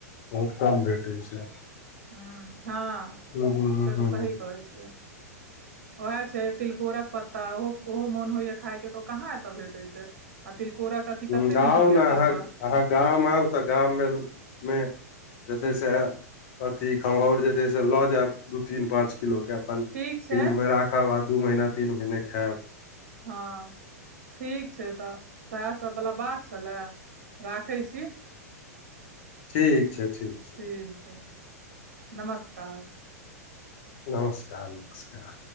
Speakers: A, on the left; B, on the right.
A: बहुत कम भेटै छै
B: ह हँ
A: हूँ हूँ हूँ
B: से
A: हूँ
B: तऽ सही
A: हूँ।
B: कहै छियै ओएह छै तिलकोरक पत्ता ओ ओहो मोन होइया खाय के तऽ ओ कहाँ एतऽ भेटे छै आ तिलकोरक अथी
A: हं
B: कते
A: आउ
B: नीक होइया
A: ने अहाँ
B: तरुआ
A: अहाँ गाम आउ तऽ गाममे मे जे छै से अथी खमहौर जे छै से लऽ जायब तीन पाँच किलो के अपन फ्रिज
B: ठीक छै
A: में राखब आ दू महीना तीन महीने खायब
B: हँ ठीक छै तऽ सएह सब बला बात छलए राखै छी
A: ठीक छै ठीक छै
B: ठीक छै नमस्कार
A: नमस्कार नमस्कार